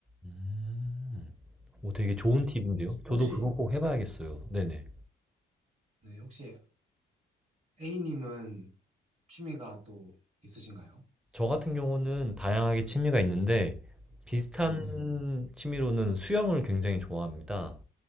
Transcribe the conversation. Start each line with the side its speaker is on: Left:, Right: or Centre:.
Centre: 음, 오, 되게 좋은 팁인데요. 저도
Right: 혹시
Centre: 그거 꼭 해봐야겠어요. 네네.
Right: 네, 혹시 A님은 취미가 또 있으신가요?
Centre: 저 같은 경우는 다양하게 취미가 있는데 비슷한
Right: 네네.
Centre: 취미로는 수영을 굉장히 좋아합니다.